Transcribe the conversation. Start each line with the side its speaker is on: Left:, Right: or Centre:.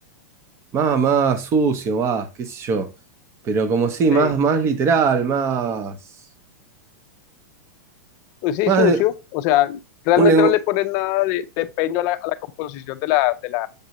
Right: más, más sucio, más, qué sé yo. Pero como sí,
Left: Sí,
Right: más, más literal, más,
Left: pues sí,
Right: más
Left: sucio,
Right: de
Left: o sea, realmente
Right: un lenguaje.
Left: no le ponen nada de, de empeño a la, a la composición de la, de la,